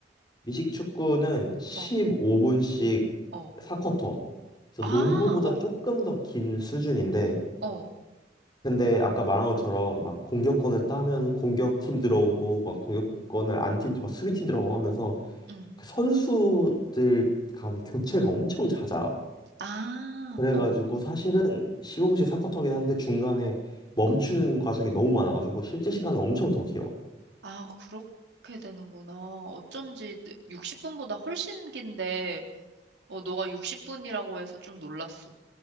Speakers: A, on the left; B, on the right.
A: 미식 축구는 15분씩
B: 어, 어.
A: 4쿼터. 그래서
B: 아,
A: 농구보다
B: 어,
A: 조금 더 긴 수준인데,
B: 어,
A: 근데 아까 말한 것처럼 막 공격권을 따면 공격팀 들어오고, 막 공격권을 안 팀, 막 수비팀 들어오고 하면서
B: 응.
A: 그 선수들 간 교체가 엄청 잦아.
B: 아,
A: 그래가지고
B: 어,
A: 사실은 15분씩
B: 응,
A: 4쿼터긴 한데 중간에 멈추는
B: 어.
A: 과정이 너무 많아가지고 실제 시간은 엄청 더 길어.
B: 아, 그렇게 되는구나. 어쩐지 60분보다 훨씬 긴데, 어, 너가 60분이라고 해서 좀 놀랐어.